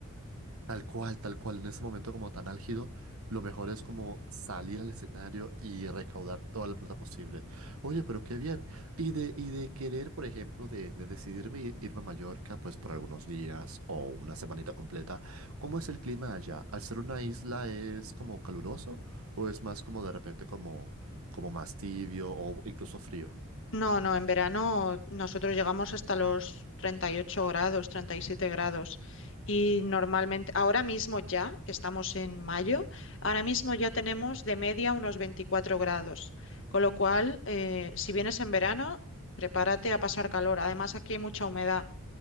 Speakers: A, on the right; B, on the left.
A: Tal cual, tal cual, en ese momento como tan álgido, lo mejor es como salir al escenario y recaudar toda la plata posible. Oye, pero qué bien. Y de, y de querer, por ejemplo, de, de decidirme i- irme a Mallorca, pues por algunos días o una semanita completa, ¿cómo es el clima allá? ¿Al ser una isla es como caluroso o es más como de repente como, como más tibio o incluso frío?
B: No, no, en verano nosotros llegamos hasta los 38 grados, 37 grados. Y normalmente, ahora mismo ya, que estamos en mayo, ahora mismo ya tenemos de media unos 24 grados. Con lo cual, eh, si vienes en verano, prepárate a pasar calor. Además, aquí hay mucha humedad